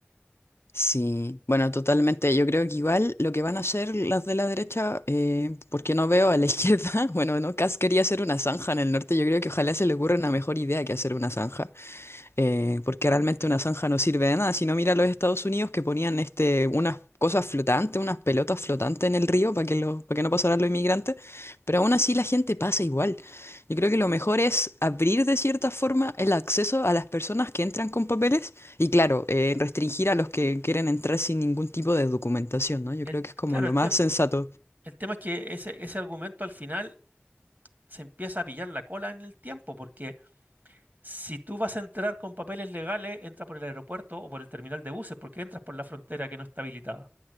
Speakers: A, on the left; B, on the right.
A: Sí, bueno, totalmente. Yo creo que igual lo que van a hacer las de la derecha, eh, porque no veo a la <laughs> izquierda, bueno, no, Kass quería hacer una zanja en el norte, yo creo que ojalá se le ocurra una mejor idea que hacer una zanja eh, porque realmente una zanja no sirve de nada. Si no, mira los Estados Unidos que ponían este, unas cosas flotantes, unas pelotas flotantes en el río para que, lo, para que no pasaran los inmigrantes, pero aún así la gente pasa igual. Yo creo que lo mejor es abrir de cierta forma el acceso a las personas que entran con papeles y claro, eh, restringir a los que quieren entrar sin ningún tipo de documentación, ¿no? Yo
B: El,
A: creo que es como
B: claro,
A: lo
B: el
A: más
B: tema,
A: sensato.
B: el tema es que ese, ese argumento al final se empieza a pillar la cola en el tiempo, porque si tú vas a entrar con papeles legales, entra por el aeropuerto o por el terminal de buses, porque entras por la frontera que no está habilitada.